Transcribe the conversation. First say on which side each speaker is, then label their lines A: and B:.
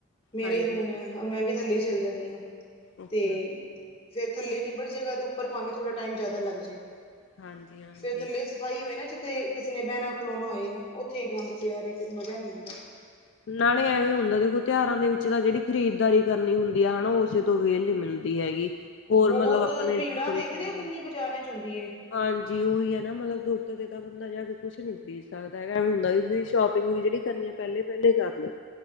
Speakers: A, on the left (about 25°); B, on the left (about 60°).
A: ਮੇਰਾ
B: ਹਾਂਜੀ-ਹਾਂਜੀ
A: ਹੀ ਰੂਮ ਐ, 'ਮੈਂ'ਵੀ ਥੱਲੇ ਹੀ ਚੱਲ ਜਾਂਦੀ ਹਾਂ।
B: ਓਕੇ
A: ਤੇ, ਫਿਰ ਥੱਲੇ ਨਿਬੜ ਜੇਗਾ, ਤੇ ਉੱਪਰ ਭਾਂਵੇ ਥੋੜਾ ਟਾਈਮ ਜਿਆਦਾ ਲੱਗਜੇ।
B: ਹਾਂਜੀ-ਹਾਂਜੀ।
A: ਸੇ ਥਲੇ ਸਫਾਈ ਹੋਏ ਨਾ ਜਿੱਥੇ, ਕਿਸੇ ਨੇ ਬਹਿਣਾ-ਖਲੋਣਾ ਹੋਏ, ਉੱਥੇ ਹੀ ਗੰਦ ਪਿਆ ਰਹੇ ਫਿਰ ਮਜ਼ਾ ਨਹੀਂ ਆਂਦਾ।
B: ਨਾਲੇ ਐਵੇਂ ਹੁੰਦਾ ਦੇਖੋ, ਤਿਉਹਾਰਾਂ ਦੇ ਵਿੱਚ ਤਾਂ ਜਿਹੜੀ ਖਰੀਦਦਾਰੀ ਕਰਨੀ ਹੁੰਦੀ ਆ, ਹਨਾ ਉਸੇ ਤੋਂ ਵ੍ਹੇਲ ਨੀ ਮਿਲਦਾ। ਤੀ ਹੈਗੀ, ਹੋਰ
A: ਬਹੁਤ
B: ਮਤਲਬ ਆਪਾਂ ਨੇ
A: ਭੀੜਾਂ
B: ਡੈਕੋਰੇਸ਼ਨ
A: ਦੇਖਦੇ
B: ਕਰਨ
A: ਹੋ ਕਿੰਨੀ ਬਾਜ਼ਾਰਾਂ ਚ ਹੁੰਦੀ ਏ
B: ਹਾਂਜੀ, ਉਹੀ ਹੈ ਨਾ ਮਤਲਬ ਦੂਰ ਤੇ ਤਾਂ ਬੰਦਾ ਜਾਕੇ ਕੁਛ ਨੀ ਖਰੀਦ ਸਕਦਾ ਹੈਗਾ, ਐਵੇਂ ਹੁੰਦਾ ਵੀ ਸ਼ੌਪਿੰਗ ਵੀ ਜਿਹੜੀ ਕਰਨੀਆਂ, ਪਹਿਲੇ-ਪਹਿਲੇ ਕਰਲੋ।